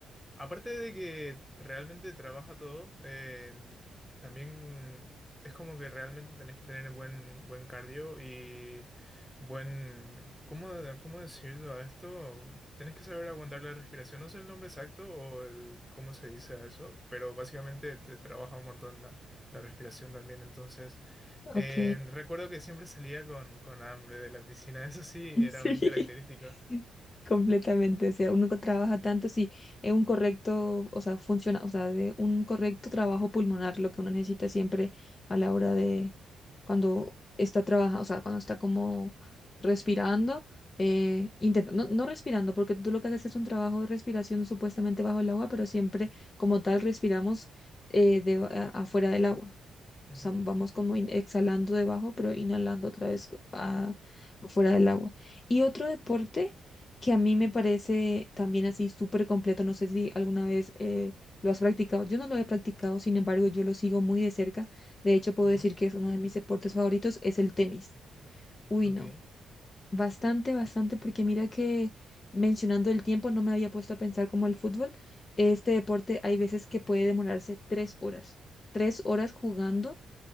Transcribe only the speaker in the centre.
Aparte de que realmente trabaja todo, eh, también es como que realmente tenés que tener buen, buen cardio y buen... ¿Cómo, de- cómo decirlo a esto? Tenés que saber aguantar la respiración. No sé el nombre exacto o el, cómo se dice a eso, pero básicamente te trabaja un montón la, la respiración también. Entonces, eh,
recuerdo que siempre salía con, con hambre de la piscina. <laughs> Eso sí, era
muy característico.
Ujú,
ujú,
ok.